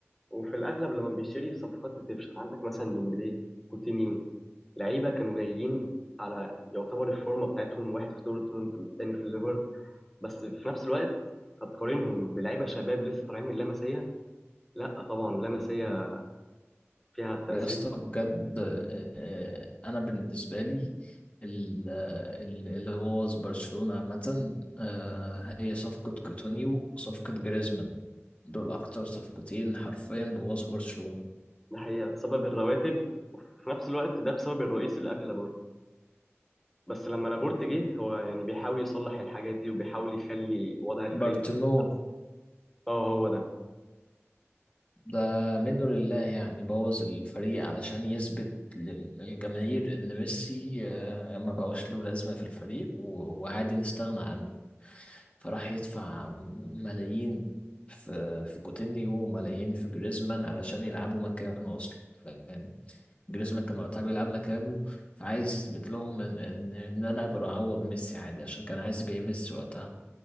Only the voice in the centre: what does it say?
وفي الأغلب لما بيشتري الصفقات بتفشل عندك مثلا ديمبلي كوتينيو لعيبة كانوا جايين على يعتبر الفورمة بتاعتهم واحد في دورتموند والتاني في الليفر بس في نفس الوقت هتقارنهم بلعيبة شباب لسه طالعين من لاماسيا لا طبعا لاماسيا فيها تأثير
ده حقيقة بسبب الرواتب في نفس الوقت ده بسبب الرئيس اللي قبل لابورتا بس لما لابورت جه هو يعني بيحاول يصلح الحاجات دي وبيحاول يخلي وضع الفريق
اللي احسن اه هو ده